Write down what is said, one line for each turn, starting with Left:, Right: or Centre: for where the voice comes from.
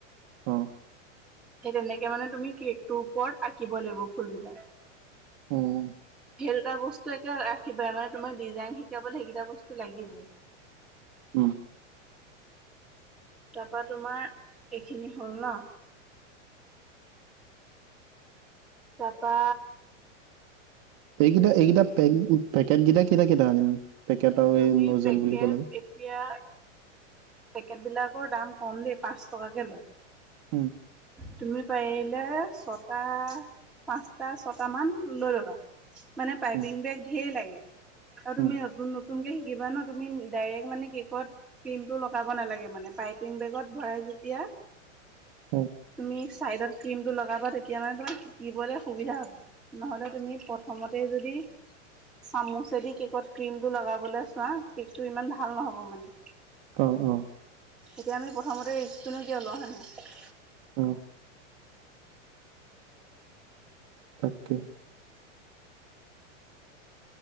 Right: অ'।
Centre: এই তেনেকে মানে তুমি কেকটোৰ ওপৰত আঁকিব লাগিব ফুলবিলাক।
Right: উম।
Centre: সেই দুটা বস্তু একে ৰাখিবা, মানে তোমাক ডিজাইন শিকাবলৈ সেইকেইটা বস্তু লাগিবই।
Right: উম।
Centre: তাপা তোমাৰ এইখিনি হ'ল ন'? তাৰপা
Right: এইকেইটা-এইকেইটা পেং-পেকেটকেইটা কেইটা কেইটা আনিম? পেকেট আৰু
Centre: তুমি
Right: এই নজেল
Centre: পেকেট
Right: বুলি ক'লে যে
Centre: এতিয়া পেকেটবিলাকৰ দাম কম দেই, পাঁচ টকাকে লয়
Right: উম।
Centre: তুমি পাৰিলে ছটা, পাঁচটা-ছটা মান লৈ ল'বা। মানে পাইপিং
Right: উম
Centre: বেগ ঢেৰ লাগে। আৰু তুমি
Right: উম
Centre: নতুন-নতুন কে সিকিবা ন'? তুমি ডাইৰেক মানে কেকত ক্ৰীমটো ল <unintelligible> নালাগে মানে পাইপিং বেগত ভৰাই যেতিয়া,
Right: অ
Centre: তুমি চাইডত ক্ৰিমটো লগাবা তেতিয়া মানে তোমাৰ শিকিবলৈ সুবিধা হ'ব। নহ'লে তুমি প্ৰথমতেই যদি চামুচেদি কেকত ক্ৰীমটো লগাবলে চোৱা, কেকটো ইমান ভাল নহ'ব মানে।
Right: অ অ অ
Centre: এতিয়া আমি প্ৰথমতে ৰিস্কটোনো কিয় লওঁ, হয়নে নহয়?
Right: উম। তাকে।